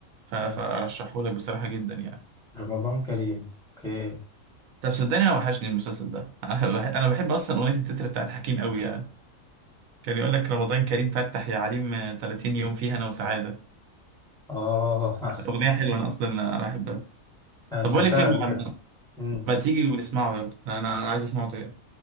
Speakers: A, on the right (about 80°); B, in the centre.
A: ف... فأرشحه
B: آه،
A: لك بصراحة جدا يعني
B: رمضان كريم اوكي
A: طب صدقني أنا وحشني المسلسل ده <laughs> أنا بح- أنا بحب أصلا أغنية التتر بتاعت حكيم أوي يعني كان يقول لك رمضان كريم فتح يا عليم آه، 30 يوم فيها أنا وسعادة
B: اه <laughs>
A: أغنية حلوة أنا أصلا بحبها
B: انا
A: طب
B: سمعتها
A: بقول لك ايه ما
B: قبل كده امم
A: ما تيجي ونسمعه يلا انا انا عايز اسمعه تاني